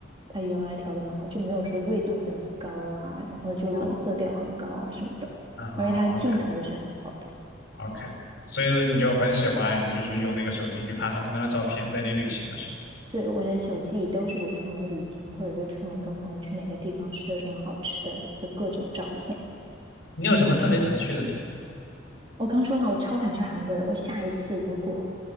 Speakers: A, on the right; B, on the left.
A: 它原来调的蛮好，就没有说锐度很高啊，然后就冷色调很高啊什么的，
B: 好啊好
A: 而且它镜头是很好的。
B: ，OK，OK，所以说你就很喜欢，就是用那个手机去拍很多张的照片，在你旅行的时候，
A: 对，我的手机里都是我出门旅行，或者说出门跟朋友去哪个地方吃了什么好吃的的各种照片。
B: 你有什么特别想去的地方？
A: 我刚说了，我超想去韩国的。我下一次如果